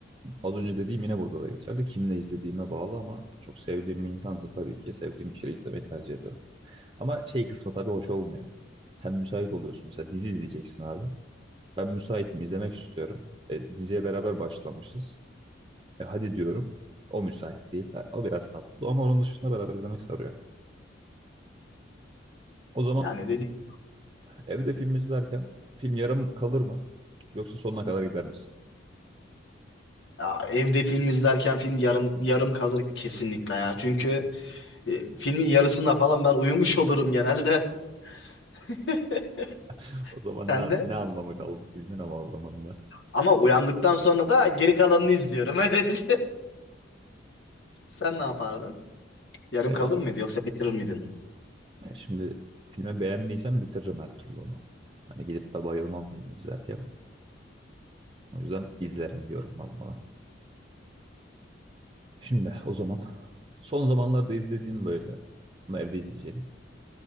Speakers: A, on the right (about 25°); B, on the left (about 75°).
A: Az önce dediğim yine burada da geçerli. Kimle izlediğime bağlı ama çok sevdiğim bir insansa tabii ki sevdiğim kişiyle izlemeyi tercih ederim. Ama şey kısmı tabii hoş olmuyor. Sen müsait oluyorsun mesela dizi izleyeceksin abi. Ben müsaitim izlemek istiyorum. E, diziye beraber başlamışız. E, hadi diyorum. O müsait değil. O biraz tatsız ama onun dışında beraber izlemek sarıyor. O zaman
B: Yani dedi
A: evde film izlerken film yarım kalır mı? Yoksa sonuna kadar gider misin?
B: ya evde film izlerken film yarım yarım kalır kesinlikle ya. Çünkü e, filmin yarısında falan ben uyumuş olurum genelde. <laughs>
A: <laughs> O zaman
B: Sen
A: ne,
B: de?
A: ne anlamı kaldı filmin ama o zaman da.
B: Ama uyandıktan sonra da geri kalanını izliyorum. <laughs> Öyle. Sen ne yapardın? Yarım
A: Ya
B: kalır
A: ben
B: mıydı yoksa bitirir miydin?
A: Ya şimdi filme beğendiysem bitiririm her türlü onu. Hani gidip de bayılmam filmi izlerken. O yüzden izlerim diyorum ben bana. Şimdi o zaman son zamanlarda izlediğim böyle ama evde izleyeceğim.